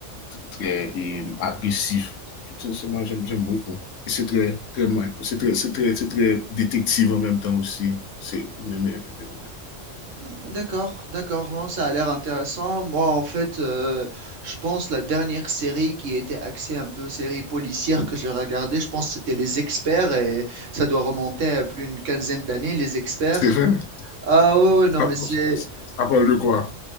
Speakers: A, on the left; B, on the right.
A: très et, euh, agressifs. Tout ça, moi, j'aime j'aime beaucoup. Et c'est très, très, c'est très, c'est très, c'est très détective en même temps aussi. C'est, mais, mais, euh,
B: Mm, D'accord, d'accord, bon, ça a l'air intéressant. Moi, en fait, euh, je pense la dernière série qui était axée un peu série policière que j'ai regardée, je pense que c'était Les Experts et ça doit remonter à plus d'une quinzaine d'années, Les Experts.
A: c'est vrai.
B: Ah ouais, ouais,
A: Ça,
B: non, mais c'est...
A: ça, ça, prend le quoi.